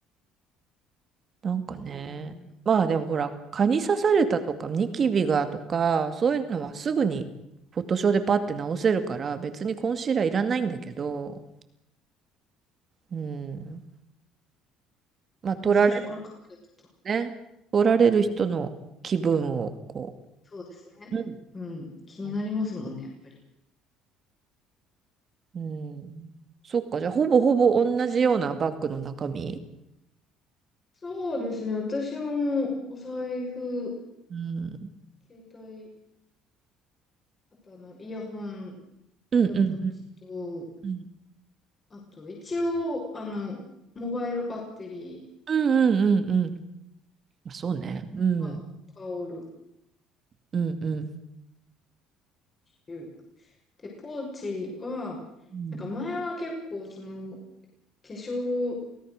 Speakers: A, on the right; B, on the left.
A: なんかね、
B: やーなるほど
A: まあでもほら、蚊に刺されたとか、ニキビがとか、そういうのはすぐにフォトショーでパッて直せるから、別にコンシーラーいらないんだけど、うん。まあ取られる
B: でも最初から考えてた。
A: ね。取られる人の気分をこ
B: そうですね。
A: うん。
B: うん。気になりますもんね、
A: うん。
B: やっぱり。
A: うん。そっか、じゃあほぼほぼ同じようなバッグの中身。
B: そうですね。私も、お財布、
A: うん。
B: 携帯、あとあの、イヤホン、
A: うんうんうん
B: エアポッツと、
A: うん。
B: あと、一応、あの、モバイルバッテリ
A: うんうんうんうん。まあそうね。
B: ーと、あとタオル、
A: うん。うんうん。
B: リュック。で、ポーチは、
A: うん。
B: なんか前は結構、その、化粧